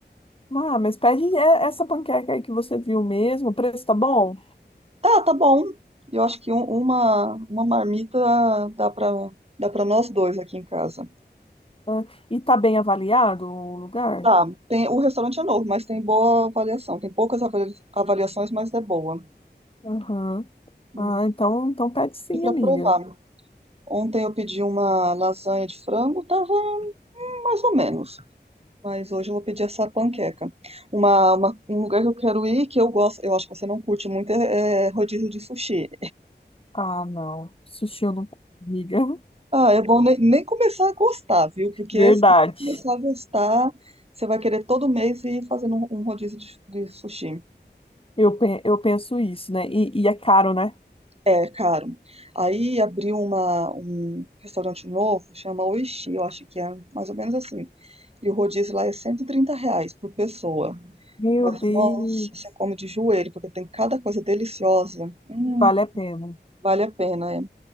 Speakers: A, on the left (about 30°); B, on the right (about 35°).
A: Ah, mas pede e- eh, essa panqueca aí que você viu mesmo. O preço tá bom?
B: Tá, tá bom, eu acho que um- uma, uma marmita dá pra, dá pra nós dois aqui em casa.
A: Ah, E tá bem avaliado o lugar?
B: Tá, tem, o restaurante é novo, mas tem boa avaliação. Tem poucas avalia- avaliações, mas é boa.
A: Aham.
B: Hum.
A: Ah, então, então pede sim,
B: E para
A: amiga.
B: provar, ontem eu pedi uma lasanha de frango, tava mais ou menos. Mas hoje eu vou pedir essa panqueca. Uma, uma- um lugar que eu quero ir, que eu gosto, eu acho que você não curte muito, é, é rodízio de sushi.
A: Ah, não. Sushi eu não como, amiga. <laughs>
B: Ah, é bom nem, nem começar a gostar, viu? Porque
A: Verdade.
B: se você começar a gostar, você vai querer todo mês ir fazendo um, um rodízio de, de sushi.
A: Eu, pe- eu penso isso, né? E, e é caro, né?
B: É caro. Aí abriu uma, um restaurante novo, chama Oishi, eu acho que é mais ou menos assim. E o rodízio lá é 130 reais por pessoa.
A: Meu
B: Mas,
A: Deus,
B: nossa, você come de joelho, porque tem cada coisa deliciosa. Hum,
A: vale a pena.
B: vale a pena, é.